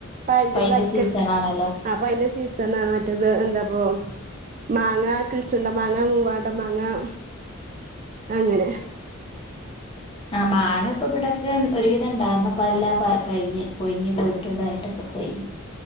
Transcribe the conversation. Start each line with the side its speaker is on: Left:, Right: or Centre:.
Right: അതിന്റെ
Left: ഇപ്പ അയിന്റെ
Right: വരിക്കചക്ക
Left: സീസൺ ആണല്ലോ
Right: അപ്പ അതിന്റെ സീസൺ ആണ് മറ്റേത് ഇത് എന്താപ്പോ മാങ്ങ കിളിച്ചുണ്ടൻ മാങ്ങ മൂവാണ്ടൻ മാങ്ങ <inaudible> അങ്ങനെ
Left: അഹ് മാങ്ങ ഇപ്പ ഇവിടൊക്കെ ഒരുവിധം ഉണ്ടാരുന്നു ഇപ്പ അതെല്ലാം കഴിഞ്ഞ് പൊഴിഞ്ഞ് പോയിട്ടുണ്ടായിട്ടൊക്കെ പോയി